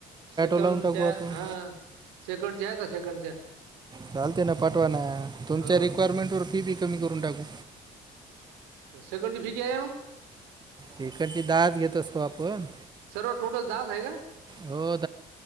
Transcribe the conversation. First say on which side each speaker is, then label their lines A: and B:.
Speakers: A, on the right; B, on the right.
A: सेकंड
B: लावून टाकू
A: च्या
B: आपण
A: हा सेकंडच्या आहे का सेकंडच्या?
B: चालती ना पाठवा ना तुमच्या
A: हो
B: रिक्वायरमेंटवर फी बी कमी करून टाकू.
A: सेकंड ची फि <unintelligible>
B: तिकडची दहाच घेत असतो आपण
A: सर्व टोटल दहाच आहे का?
B: हो